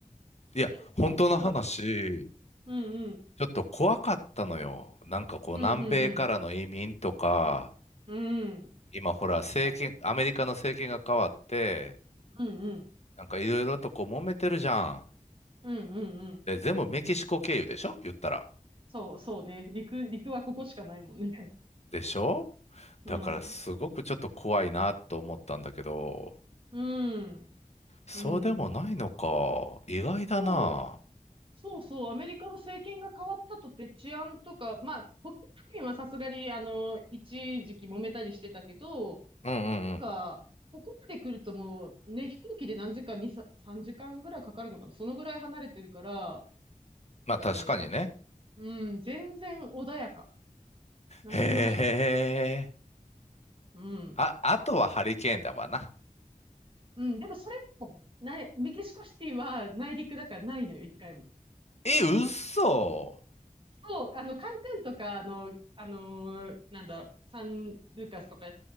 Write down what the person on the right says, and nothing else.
そうそう。
うんうん。
うんうんうん。
うん。
確かに。
うんうん。
うんうんうん。
そうそうね。陸、陸はここしかないもんね。
うん。
うん。
うん。
そう。そうそう。アメリカの政権が変わったとって治安とか、まあ、北極付近はさすがに、あの、一時期揉めたりしてたけど、
なんか、ここまで来るともう、ね、飛行機で何時間、2、3時間ぐらいかかるのかな。そのぐらい離れてるから、なん
かね、うん、全然穏やか。何にもないよ。
うん。
うん、でもそれも、ない、メキシコシティは内陸だからないのよ、一回も。
そう、そうあの、カンクンとか、あの、あのーなんだ、サンルーカスとか、あ